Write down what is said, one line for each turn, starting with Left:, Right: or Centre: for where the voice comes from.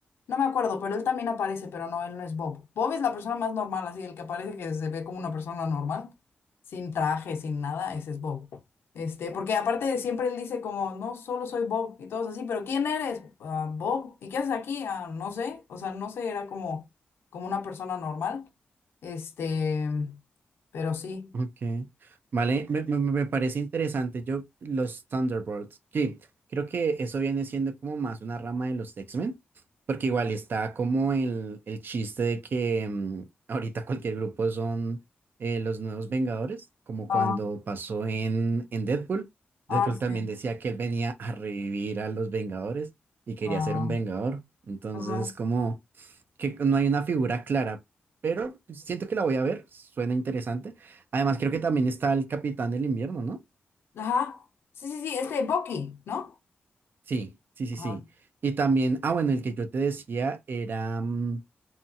Left: No me acuerdo, pero él también aparece, pero no, él no es Bob. Bob es la persona más normal, así, el que parece que se ve como una persona normal, sin traje, sin nada, ese es Bob. Este, porque aparte de siempre él dice como, no, solo soy Bob y todos así, pero ¿quién eres? "Ah, Bob. ¿Y qué haces aquí? Ah, no sé. O sea, no sé, era como, como una persona normal. Este pero sí.
Right: Okay, vale, me, me- me parece interesante. Yo, los Thunderbolts, que creo que eso viene siendo como más una rama de los X-Men, porque igual está como el, el chiste de que mm, ahorita cualquier grupo son eh, los nuevos Vengadores, como
Left: Ah,
Right: cuando pasó en, en Deadpool.
Left: ah,
Right: Deadpool
Left: sí.
Right: también decía que él venía a revivir a los Vengadores y quería
Left: Ah,
Right: ser un Vengador. Entonces,
Left: ajá.
Right: como que no hay una figura clara, pero siento que la voy a ver, suena interesante. Además, creo que también está el Capitán del Invierno, ¿no?
Left: Ajá. Sí, sí, sí, este Bucky, ¿no?
Right: Sí, sí, sí,
Left: Ajá.
Right: sí. Y también, ah, bueno, el que yo te decía era mm,